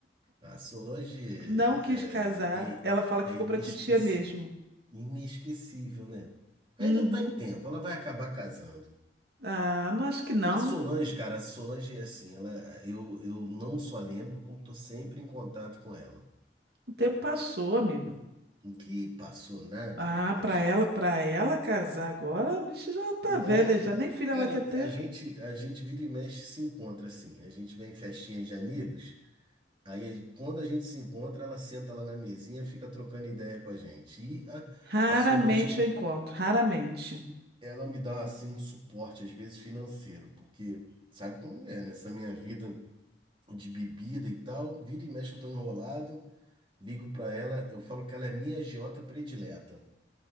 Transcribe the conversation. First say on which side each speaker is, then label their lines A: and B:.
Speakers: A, on the right (about 25°); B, on the right (about 55°).
A: A Solange é,
B: Não quis casar.
A: é, é
B: Ela fala
A: é
B: que ficou
A: inesquecível.
B: pra titia mesmo.
A: Inesquecível, né? Ainda
B: Uhum.
A: tá em tempo, ela vai acabar casando.
B: Ah, não acho que não.
A: A Solange, cara, a Solange é assim, ela, eu, eu não só lembro, como tô sempre em contato com ela.
B: O tempo passou, amiga.
A: Que passou nada,
B: Ah,
A: rapaz.
B: pra ela, para ela casar agora, a bicha já tá
A: Nada.
B: velha, já nem filha
A: Cara,
B: ela quer ter.
A: a gente, a gente vira e mexe se encontra assim. A gente vem em festinhas de amigos. Aí, quando a gente se encontra, ela senta lá na mesinha, fica trocando ideia com a gente. E a,
B: Raramente
A: a Solange,
B: eu encontro, raramente.
A: ela me dá assim um suporte, às vezes financeiro, porque sabe como é, né? Essa minha vida de bebida e tal, vira e mexe, eu tô enrolado. Ligo pra ela, eu falo que ela é minha agiota predileta. <laughs>